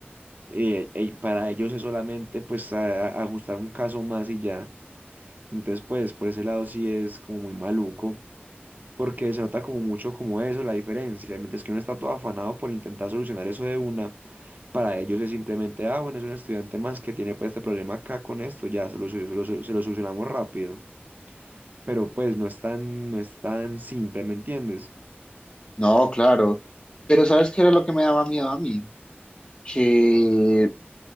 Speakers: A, on the right; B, on the left.
A: eh, eh, y para ellos es solamente pues a- a- ajustar un caso más y ya. Entonces pues por ese lado sí es como muy maluco, porque se nota como mucho como eso, la diferencia. Mientras que uno está todo afanado por intentar solucionar eso de una, para ellos es simplemente, ah, bueno, es un estudiante más que tiene pues este problema acá con esto, ya se lo, solu- se lo solu- se lo solucionamos rápido. Pero pues no es tan, no es tan simple, ¿me entiendes?
B: No, claro. Pero ¿sabes qué era lo que me daba miedo a mí? Que,